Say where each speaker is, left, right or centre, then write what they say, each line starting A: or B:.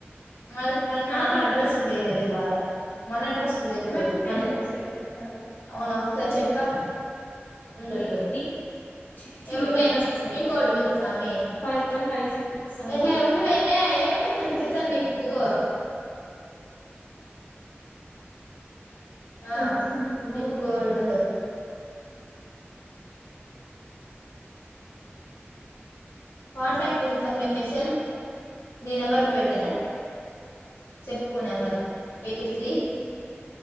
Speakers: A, on the left; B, on the left.
A: మన
B: నాకు
A: మనకు
B: కూడా
A: అడ్రస్ లేదు అదే బాధ, మన అడ్రస్ లేదు
B: మా ఇంటి
A: మన
B: అడ్రస్ పెట్టు సారీ
A: అవును చెప్ప ఉండుండు
B: ఎయిట్ త్రీ చి
A: ఏ ఉండుమే
B: అడ్రస్ కదా
A: పిన్కోడ్ మేసామి
B: five one five six seven
A: ఎహే
B: వన్
A: ఉండుమే ఏమి అంత తుత్తరు నీకు ఆ
B: రీసెంట్
A: పిన్
B: గా
A: కోడ్ ఉండు కాంటాక్ట్ ఇన్ఫర్మేషన్ నీ నెంబర్ పెట్టేద చెప్ ఫోన్ నంబర్ ఎయిట్ త్రీ